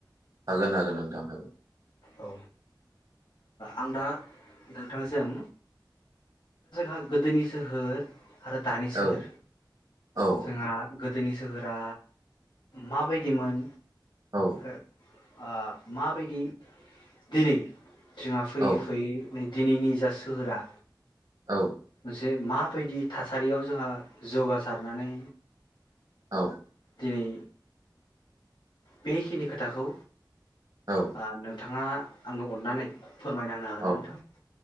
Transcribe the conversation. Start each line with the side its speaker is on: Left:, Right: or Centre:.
Right: हागोन हागोन नोंथां हागोन।
Left: औ ओ आं दा नोंथांजों <unintelligible> गोदोनि सोहोर आरो दानि सोहोर
Right: औ औ
Left: जोंहा गो दोनि सोहोरा माबायदिमोन
Right: औ
Left: आरो ओ माबायदि दिनै जोंहा फैयै
Right: औ
Left: फैयै नै दिनैनि जा सोहोरा
Right: औ
Left: जे माबायदि थासारियाव जोंहा जौगासारनानै‌
Right: औ
Left: दिनै बेखिनि खोथाखौ
Right: औ
Left: आ नों नोंथाङा आंनो अननानै फोरमायना होनो हागोन
Right: औ
Left: ना नोंथां